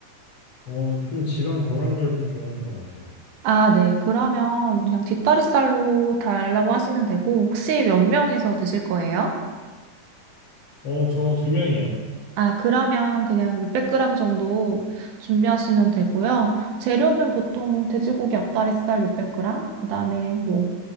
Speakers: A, on the left; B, on the right.
A: 어, 좀 지방 덜한 걸 좀 좋아하는 것 같아요.
B: 아, 네. 그러면 그냥 뒷다리살로 달라고 하시면 되고 혹시 몇 명이서 드실 거예요?
A: 어, 저 두 명이요.
B: 아, 그러면 그냥 600g 정도 준비하시면 되고요. 재료는 보통 돼지고기 앞다리살 600g, 그다음에 뭐